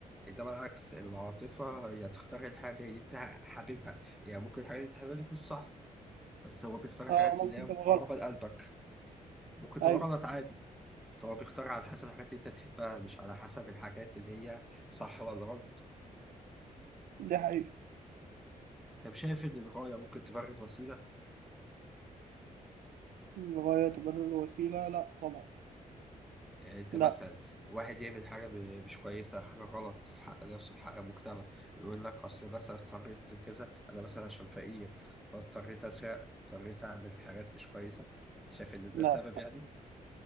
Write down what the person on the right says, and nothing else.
اه ممكن
تبقى غلط
أيوه
دي حقيقة
الغاية تبرر الوسيلة لا طبعا
لا
لا